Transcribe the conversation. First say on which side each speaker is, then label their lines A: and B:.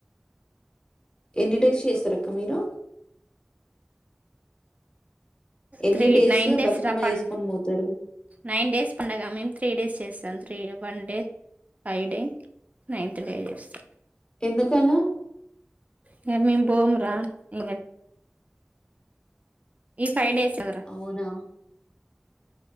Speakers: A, on the left; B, on the right.
A: ఎన్ని డేస్ చేస్తారుక్క మీరు ఎన్ని
B: త్రీ నైన్ డేస్
A: బతుకమ్మ
B: రా పం
A: చేసుకొని పోతారు
B: నైన్ డేస్ పండగ మేము త్రీ డేస్ చేస్తాం three one day five day ninth పే చేస్తాం
A: ఎందుకలా
B: హ్ మ్మ్ మేము బోమ్రా ఇ ఈ ఫైవ్ డేస్ కదా రా
A: అవునా